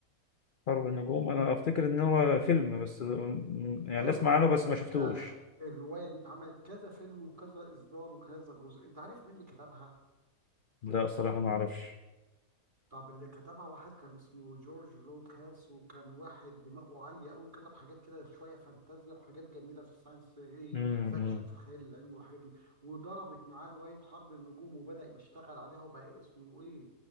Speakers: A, on the left; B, on the right.
A: حرب النجوم انا افتكر ان هو فيلم بس أمم، يعني
B: حلو
A: اسمع
B: ما هو
A: عنه
B: اتع...
A: بس ما شفتوش
B: فعلا الرواية دي اتعملت كذا فيلم وكذا إصدار وكذا جزء انت عارف مين اللي كتبها؟
A: لا صراحه ما اعرفش
B: طب اللي كتبها واحد كان اسمه جورج لوكاس وكان واحد دماغه عالية أوي كتب حاجات كده شوية فانتازيا وحاجات جميلة في الساينس إيه
A: امم
B: فاكشن في الخيال العلمي والحاجات دي وضربت معاه رواية حرب النجوم وبدأ يشتغل عليها وبقى اسمه إيه